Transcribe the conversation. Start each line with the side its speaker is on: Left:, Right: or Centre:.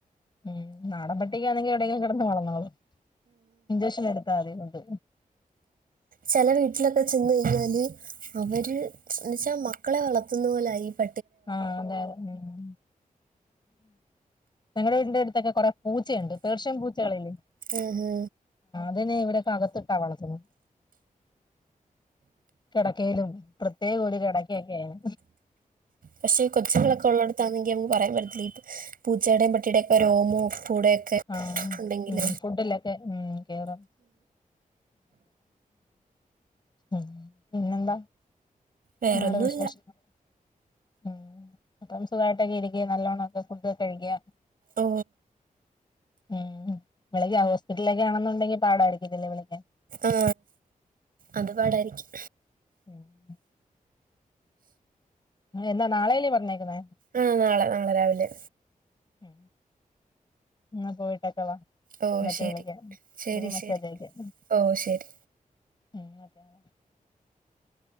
Left: ഉം നാടൻ പട്ടിക്കാണെങ്കി എവിടെയെങ്കിലും കെടന്ന് വളർന്നോളൂ ഇഞ്ചക്ഷൻ എടുത്താൽ മതി കൊണ്ട്
Right: ചെല വീട്ടിലൊക്കെ ചെന്ന് കയിഞ്ഞാല് അവര് ര് ന്ന്വെച്ചാൽ മക്കളെ വളർത്തുന്ന പോലൊയി പ
Left: ആ അതെയ ഉം ഞങ്ങടെ വീടിന്റെടുത്തൊക്കെ കൊറെ പൂച്ചേണ്ട് പേർഷ്യൻ പൂച്ചകളെല്ല
Right: ആഹ ഹഹ
Left: അതിനെ ഇവിടെക്കകത്തിട്ടാ വളർത്തുന്നു കെടക്കയിലും പ്രത്യേകൊര് കെടക്കെക്കെയ്ന്
Right: പക്ഷെ കൊച്ചുങ്ങളൊക്കെ ഉള്ളടത്താണെങ്കി നമുക്ക് പറയാൻ പറ്റത്തി ഇപ്പൊ പൂച്ചേയുടെയും പട്ടിയുടെ ഒക്കെ രോമോ ഉപ്പൂടെയൊക്കെ
Left: ആഹ
Right: ഉണ്ടെങ്കിൽ
Left: ഉ ഫുഡ്ല്ലക്കെ ഉം കേറാം <unintelligible> പിന്നെന്താ
Right: വേറൊന്നുമില്ല
Left: നിങ്ങടെ വിശേഷങ്ങള് ഉം അപ്പം സുഖായിട്ടൊക്കെ ഇരിക്ക്യ നല്ലോണക്കെ ഫുഡക്കെ കഴിക്കുക
Right: ഓ
Left: ഉം വിളക്ക് ഹോസ്പിറ്റലിലേക്കെ ആണെന്നുണ്ടെങ്കിൽ പാടാരിക്കത്തില്ലേ വിള
Right: ആ അത് പാടായിരിക്കും
Left: ഉം ന്നെന്നാ നാളെല്ല് പറഞ്ഞേക്കുന്നേ
Right: ആഹ നാളെ നാളെ രാവിലെ
Left: ഉ ഇങ്ങ പോയിട്ടക്കവാ
Right: ഓ
Left: എന്നിട്ട്
Right: ശരി
Left: വിളിക്കാം
Right: ശരി
Left: ഇടക്ക് മെസ്സാജ്
Right: ശരി
Left: അയക്ക
Right: ഓ ശരി
Left: ഉം <inaudible>